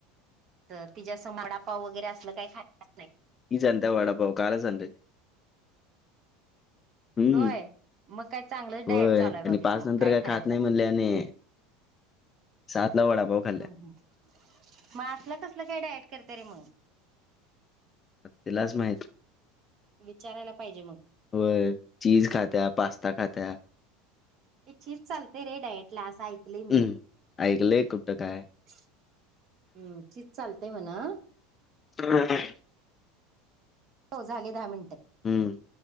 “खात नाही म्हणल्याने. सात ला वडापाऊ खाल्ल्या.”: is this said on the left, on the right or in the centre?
Left